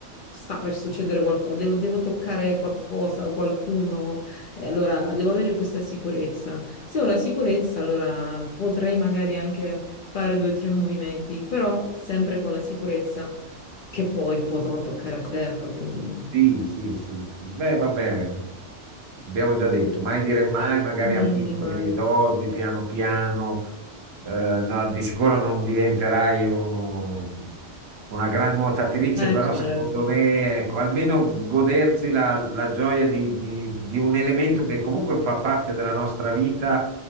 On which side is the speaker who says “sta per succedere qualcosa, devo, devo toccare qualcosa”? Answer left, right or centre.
Left